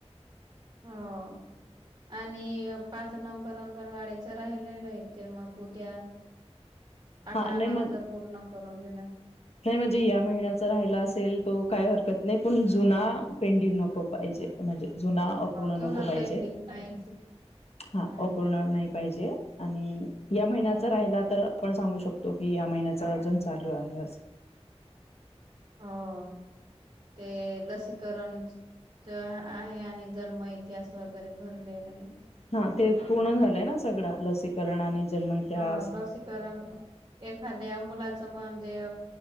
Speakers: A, on the right (about 40°); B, on the left (about 70°).
A: हा. आणि पाच नंबर अंगणवाडीचं राहिलेलं आहे, ते मग उद्या. आकरा
B: हा नाही
A: नंतर
B: मग
A: पूर्ण करून घेणार.
B: नाही म्हणजे या महिन्याचा राहिला असेल तो काही हरकत नाही, पण जुना पेंडिंग नको. पाहिजे, म्हणजे जुना अपूर्ण
A: जुना
B: नको पाहिजे.
A: पेंडिंग नाहीच
B: हा
A: नाही
B: अपूर्ण नई पाहिजे आणि या महिन्याचा
A: हा
B: राहिला तर आपण सांगू शक तो की या महिन्याचा अजून चालू आहे, अस
A: हं ते लसीकरण ते आहे आणि जर मग इतिहास वगैरे भरलेलंय.
B: हा, ते पूर्ण झालंय ना सगळं. लसीकरण आणि जन्म इतिहास
A: हं लसीकरण एखाद्या मुलाचं म्हणजे